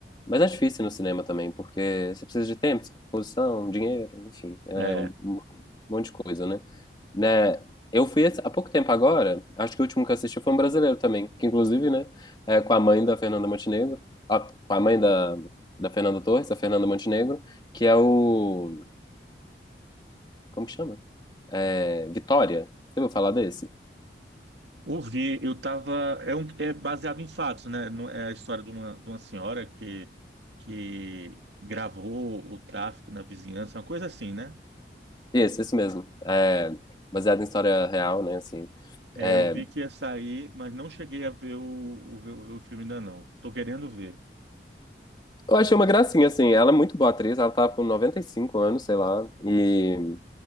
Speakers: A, on the left; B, on the right.
A: Mas é difícil no cinema também, porque você precisa de tempo, disposição, dinheiro, enfim, é
B: É,
A: um, um monte de coisa, né? né? Eu fui esse- há pouco tempo agora, acho que o último que eu assisti foi um brasileiro também, que inclusive, né, é com a mãe da Fernanda Montenegro, ó, com a mãe da, da Fernanda Torres, da Fernanda Montenegro, que é o, como que chama? É, Vitória. Você ouviu falar desse?
B: ouvi, eu tava. É, um, é baseado em fatos, né? Não- É a história de uma, de uma senhora que, que gravou o tráfico na vizinhança, uma coisa assim, né?
A: Esse, esse mesmo. É, baseado em história real, né, assim.
B: É,
A: É,
B: eu vi que ia sair, mas não cheguei a ver o, o, ver o filme ainda não. Tô querendo ver.
A: eu achei uma gracinha, assim, ela é muito boa atriz, ela tá com 95 anos, sei lá, e